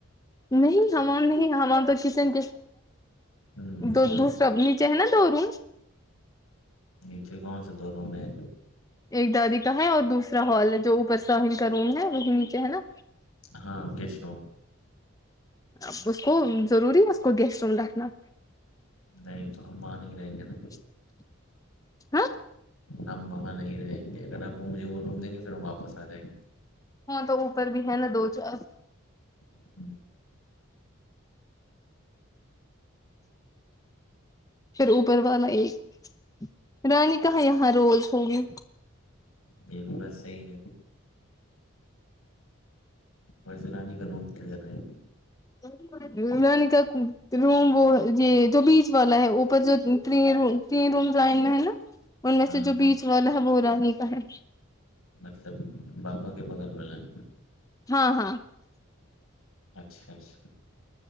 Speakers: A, on the left (about 15°); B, on the left (about 85°).
A: نہیں ہمام نہیں ہم تو کسین
B: ہوں،
A: دو
B: پھر
A: دوسرا میچے ہے نا دورن
B: نیچے کون سے دو ر میں
A: ایک دادی کا ہے اور دوسرا ہال ہے جو اوپر سے کا روم ہے وہی نیچے ہے نا
B: ہاں اگش ر
A: اب اس کو ضروری ہے اس کو گیسٹ روم رکھنا
B: نہیں تو ہم آ ہی رہیں گے نا
A: <unintelligible>
B: ہم وہاں نہیں رہیں گے اگر آپ مجھے وہ روم دیں گے پھر ہم واپس آ جائیں گے
A: ہاں تو اوپر بھی ہے نا دو چار
B: گے
A: پھر اوپر والا ایک رانی کہا یہاں روز ہوگی
B: یہ بھی بس سی ن اور سیرانی کرنا ممت رہے
A: <unintelligible> نانی کا روم وہ یہ جو بیچ والا ہے اوپر جو ت روم تین رومزائن میں ہے نا ان میں
B: ہاں
A: سے جو
B: ہاں
A: بیچ والا ہے وہ ا رانی کا ہے
B: مطلب بابا کے بغل والن
A: ہاں ہاں
B: اچھا اچھا